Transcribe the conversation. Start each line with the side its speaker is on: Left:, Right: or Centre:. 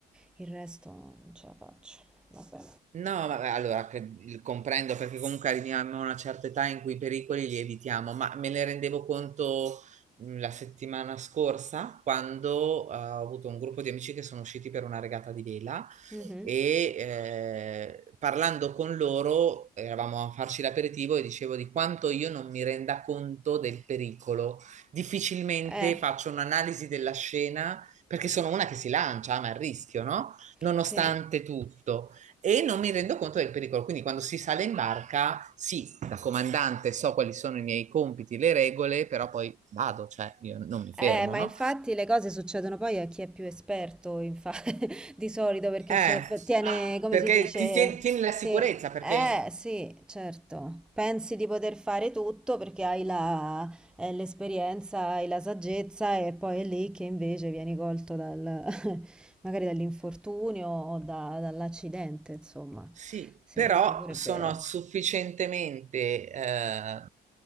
Centre: il resto non ce la faccio, vabbè.
Right: No, vabbè, allora che- il- comprendo perché comunque arriviamo a una certa età in cui i pericoli li evitiamo, ma me ne rendevo conto mh, la settimana scorsa quando eh, ho avuto un gruppo di amici che sono usciti per una regata di vela
Centre: Mhm.
Right: e eh, parlando con loro eravamo a farci l'aperitivo e dicevo di quanto io non mi renda conto del pericolo. Difficilmente
Centre: Eh,
Right: faccio un'analisi della scena perché sono una che si lancia, ma a rischio, no? Nonostante
Centre: <laughs> sì.
Right: tutto e non mi rendo conto del pericolo. Quindi quando si sale in barca, sì, da comandante so quali sono i miei compiti, le regole, però poi vado, cioè io non mi
Centre: Eh,
Right: fermo,
Centre: ma
Right: no?
Centre: infatti le cose succedono poi a chi è più esperto, infa- <laughs> di solito, perché
Right: Eh,
Centre: sa- tiene, come
Right: perché
Centre: si dice,
Right: ti tieni, tieni la sicurezza,
Centre: te...
Right: perché
Centre: Eh sì, certo, pensi di poter fare tutto perché hai la- eh, l'esperienza, hai la saggezza e poi è lì che invece vieni colto dal, <laughs> magari dall'infortunio o da- dall'accidente, insomma.
Right: Sì,
Centre: Sì,
Right: però
Centre: questo pure
Right: sono
Centre: è vero.
Right: sufficientemente, eh,